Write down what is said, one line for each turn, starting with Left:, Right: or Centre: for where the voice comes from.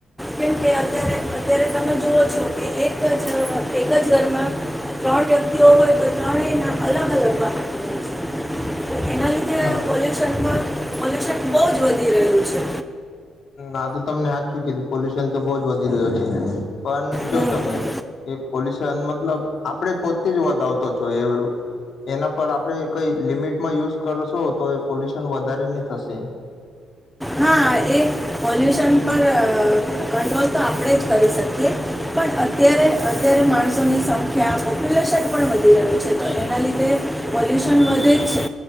Centre: કેમ કે અત્યારે અત્યારે તમે જુઓ છો એક જ એક જ ઘરમાં ત્રણ વ્યક્તિઓ હોય તો ત્રણે ના અલગ અલગ એના લીધે
Left: હલ્
Centre: પોલ્યુશનમાં પોલ્યુશન બહુ જ વધી રહ્યું છે
Left: આ તો તમને હજ ચુ કીધું પોલ્યુશન તો બહુ જ વધી રહ્યું છે પણ જો
Centre: હમ
Left: તમે એ પોલ્યુશન મતલબ આપણે પોતે જ વધ આવતો છો એ એના પર આપણે કઈ લિમિટમાં યુઝ કરશો તો એ પોલ્યુશન વધારે નહી થશે
Centre: હા એ પોલ્યુશન પર કંટ્રોલ તો આપણે જ કરી શકીએ પણ અત્યારે અત્યારે માણસોની સંખ્યા પોપ્યુલેશન પણ વધી રહ્યું છે તો એના લીધે પોલ્યુશન વધે જ છે